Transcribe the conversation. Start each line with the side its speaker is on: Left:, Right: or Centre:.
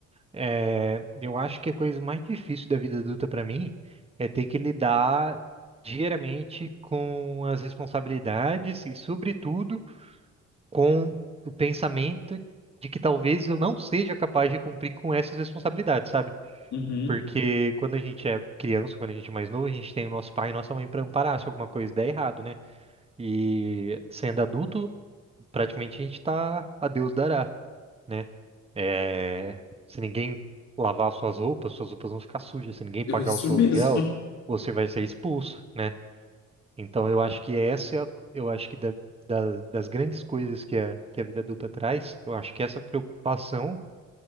Right: É, eu acho que a coisa mais difícil da vida adulta para mim é ter que lidar diariamente com as responsabilidades e, sobretudo, com o pensamento de que talvez eu não seja capaz de cumprir com essas responsabilidades, sabe?
Left: uhum,
Right: Porque quando a gente é criança, quando a gente é mais novo, a gente tem o nosso pai e nossa mãe para amparar se alguma coisa der errado, né? E sendo adulto, praticamente a gente tá a Deus dará né? É, se ninguém lavar suas roupas, suas roupas vão ficar sujas.
Left: <laughs>
Right: Se ninguém pagar
Left: é isso
Right: o seu
Left: mesmo.
Right: aluguel, você vai ser expulso, né? Então eu acho que essa, é a- eu acho que da- da- das grandes coisas que a, que a vida adulta traz, eu acho que essa preocupação